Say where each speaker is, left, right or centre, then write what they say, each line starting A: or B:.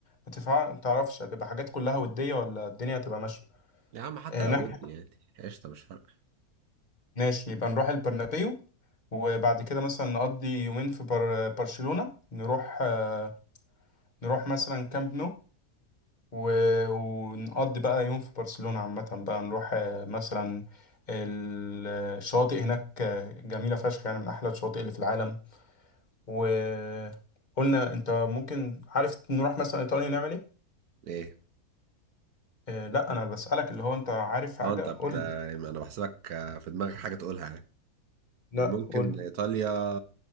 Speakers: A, on the left; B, on the right.
A: ما تفع- ما تعرفش هتبقى حاجات كلها ودية ولا الدنيا هتبقى ماشية
B: يا عم حتى
A: آه،
B: لو
A: نح-
B: ودي يعني قشطه مش فارقه
A: ماشي يبقى نروح البرنابيو وبعد كده مثلا نقضي يومين في بر... برشلونة نروح آه، نروح مثلا كامب نو و... ونقضي بقى يوم في برشلونة عامة بقى نروح آه، مثلا ال- الشواطئ هناك آه، جميلة فشخ يعني من أحلى الشواطئ اللي في العالم وقلنا أنت ممكن عارف نروح مثلا إيطاليا نعمل إيه؟
B: ايه
A: آه لا انا بسألك اللي هو انت عارف حاجة
B: اه انت
A: قول
B: بت... انا
A: لي
B: بحسبك آه، في دماغك حاجه تقولها يعني.
A: لا
B: ممكن
A: قول لي
B: ايطاليا